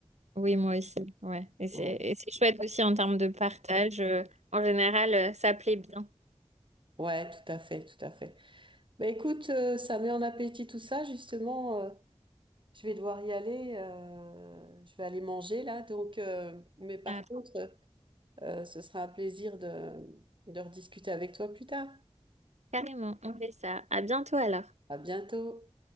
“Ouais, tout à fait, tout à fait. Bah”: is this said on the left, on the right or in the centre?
Right